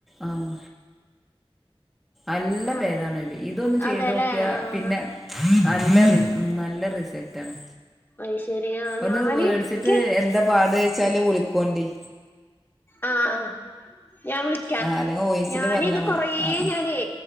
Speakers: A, in the centre; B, on the left.
A: ആഹ് അല്ല
B: അ
A: പേതാണ് ഇത്. ഇതൊന്ന് ചെയ്തോക്കിയാ.
B: അതേല്ലേ ആഹ്
A: പിന്നെ നല്ല റി ഉം നല്ല റിസൽറ്റാണ്.
B: അയ് ശെരി ആഹ്
A: ഒന്ന്
B: ഞാന്
A: വേട്ച്ചിട്ട്
B: ഇക്ക്
A: എന്താ പാട് ച്ചാല് വിൾക്കോണ്ടി.
B: ആഹ് ആഹ് ഞാ വിളിക് ക്യാ.
A: ആ അല്ലെങ്കിൽ വോയിസില്
B: ഞാനിത്
A: പറഞ്ഞാൽ മതി
B: കൊറേ
A: ആ ആ
B: ഞാനേ